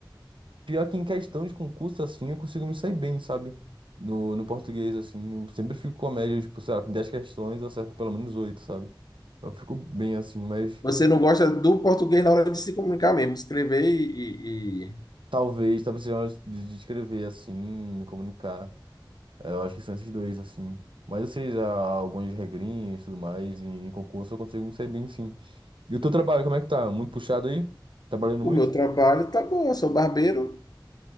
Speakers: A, on the right (about 80°); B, on the left (about 50°).
A: Pior que em questão de concurso, assim, eu consigo me sair bem, sabe? No, no português, assim, eu sempre fico com a média, tipo, sei lá, tem 10 questões, eu acerto pelo menos 8, sabe? Eu fico bem, assim, mas
B: Você não gosta do português na hora de se comunicar mesmo, escrever e, e- e-
A: talvez, talvez seja hora de de escrever, assim, me comunicar. Eh, Eu acho que são esses dois, assim. Mas eu sei já algumas regrinhas e tudo mais, e em concurso eu consigo me sair bem, sim. E o teu trabalho, como é que tá? Muito puxado aí? Tá Trabalhando
B: O
A: muito?
B: meu trabalho tá bom, eu sou barbeiro,